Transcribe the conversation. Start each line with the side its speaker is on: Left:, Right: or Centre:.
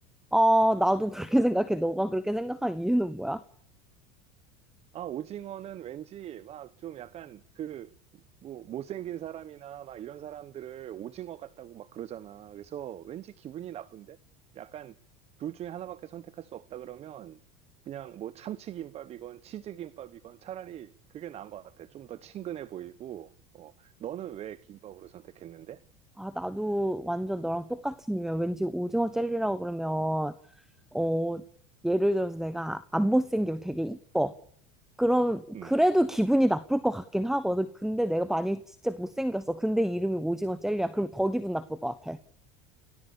Centre: 아, 나도 그렇게 <laughs> 생각해. 너가 그렇게 생각한 이유는 뭐야?
Right: 아, 오징어는 왠지 막 좀 약간 그, 뭐, 못생긴 사람이나 막 이런 사람들을 오징어 같다고 막 그러잖아. 그래서 왠지 기분이 나쁜데? 약간 둘 중에 하나밖에 선택할 수 없다 그러면 그냥 뭐 참치김밥이건 치즈김밥이건 차라리 그게 나은 것 같아. 좀 더 친근해 보이고, 어, 너는 왜 김밥으로 선택했는데?
Centre: 아, 나도 완전 너랑 똑같은 이유야. 왠지 오징어 젤리라고 그러면 어, 예를 들어서 내가 안 못생기고 되게 이뻐. 그럼
Right: 음.
Centre: 그래도 기분이 나쁠 것 같긴 하거든. 근데 내가 만약에 진짜 못생겼어. 근데 이름이 오징어 젤리야. 그럼 더 기분 나쁠 것 같아.